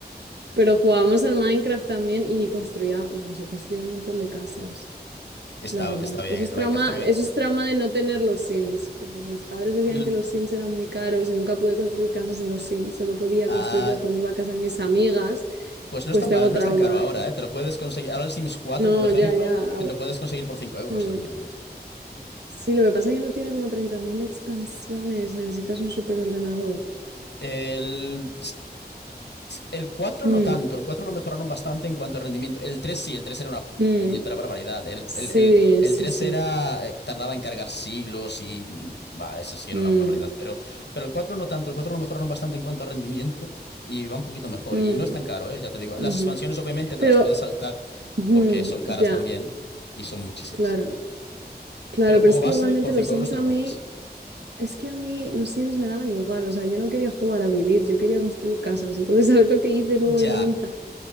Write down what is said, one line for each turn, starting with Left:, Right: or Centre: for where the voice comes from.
Right: pero jugábamos al Minecraft también y construía, yo yo construía un montón de casas,
Left: <laughs> Está,
Right: la verdad.
Left: está bien,
Right: Eso
Left: el
Right: es
Left: Minecraft
Right: trauma,
Left: también.
Right: eso es trauma de no tener los Sims. Como mis padres decían
Left: L-
Right: que los Sims eran muy caros y nunca pude construir casas en los Sims, solo podía
Left: ah,
Right: construirlas cuando iba a casa de mis amigas.
Left: pues no
Right: Pues
Left: es tan
Right: tengo
Left: bara- no
Right: trauma
Left: es tan caro ahora, ¿eh? Te lo puedes conseguir. Ahora el Sims cuatro,
Right: no,
Left: por ejemplo,
Right: ya, ya.
Left: te lo
Right: a-
Left: puedes conseguir por cinco euros
Right: mm.
Left: tranquilamente.
Right: Sí, lo que pasa es que no tiene como 30.000 expansiones. Necesitas un superordenador.
Left: El, el cuatro
Right: Mm,
Left: no tanto, el 4 lo mejoraron bastante en cuanto a rendimiento. El 3 sí, el 3 era una
Right: mm.
Left: puñetera barbaridad. El,
Right: Sí,
Left: el, el- el
Right: sí,
Left: 3
Right: sí.
Left: era, eh, tardaba en cargar siglos y mm, va, eso sí era
Right: Mm,
Left: una barbaridad. Pero, pero el 4 no tanto, el 4 lo mejoraron bastante en cuanto a rendimiento y va un poquito mejor.
Right: mm,
Left: Y no es tan caro, eh, ya te digo.
Right: ujú.
Left: Las expansiones obviamente te
Right: Pero,
Left: las puedes saltar
Right: ujú,
Left: porque son caras
Right: ya,
Left: también y son muchísimas.
Right: claro. Claro,
Left: Pero el
Right: pero
Left: juego
Right: es que
Left: base
Right: igualmente
Left: por 5
Right: los Sims
Left: euros te
Right: a
Left: lo
Right: mí,
Left: compras.
Right: es que a mí los Sims me daban igual. O sea, yo no quería jugar a vivir, yo quería construir casas. Entonces, <laughs> ¿sabes lo que hice luego
Left: Ya,
Right: de adulta?